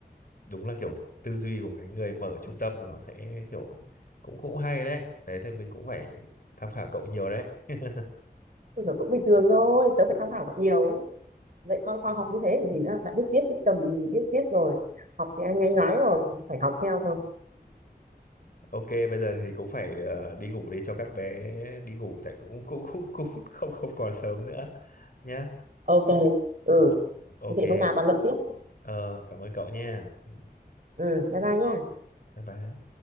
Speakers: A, on the left; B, on the right.
A: đúng là kiểu tư duy của cái người mở trung tâm nó sẽ kiểu cũng cũng hay đấy đấy thì mình cũng phải tham khảo cậu nhiều đấy <laughs>
B: Ôi giời, cũng bình thường thôi tớ phải tham khảo còn nhiều ấy. dạy con khoa học như thế thì gì nữa đã biết viết biết cầm biết viết rồi học thì anh nhanh nói rồi phải học theo thôi
A: ok bây giờ thì cũng phải ờ, đi ngủ đi cho các bé đi ngủ tại cũng cũng cũng cũng không không còn sớm nữa nhá.
B: ok ừ
A: O- ok.
B: thế thì hôm nào bàn luận tiếp
A: Ờ, cảm ơn cậu nha. Ừ,
B: ừ bye bye nha
A: Bye bye.